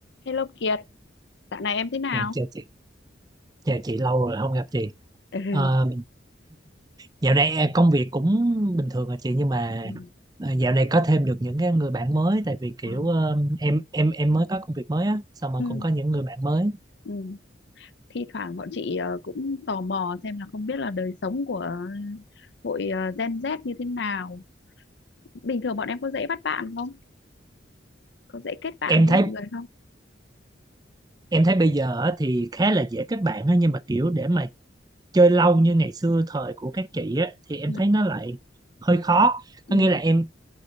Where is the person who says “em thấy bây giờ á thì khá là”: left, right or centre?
Right